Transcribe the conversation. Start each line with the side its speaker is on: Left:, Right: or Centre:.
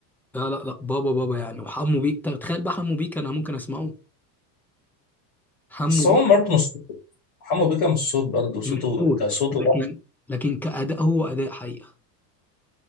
Centre: لا لا لا بابا بابا يعني وحمو بيك تخيل بقى حمو بيك أنا ممكن أسمعه حمو
Left: بس
Centre: بيك
Left: هو برضه مش صوت حمو بيكا مش صوت برضه صوته
Centre: مش صوت
Left: كصوته
Centre: لكن
Left: لا
Centre: لكن كأداء هو أداء حقيقة